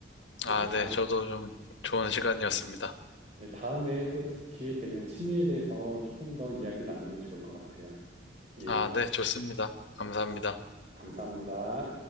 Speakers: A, on the right; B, on the left.
A: 네,
B: 아,
A: 다,
B: 네. 저도 좀 좋은 시간이었습니다.
A: 네, 다음에 또 기회 되면 취미에 대해서 조금 더 이야기 나누면 좋을 것 같아요. 예,
B: 아, 네. 좋습니다. 감사합니다.
A: 감사합니다.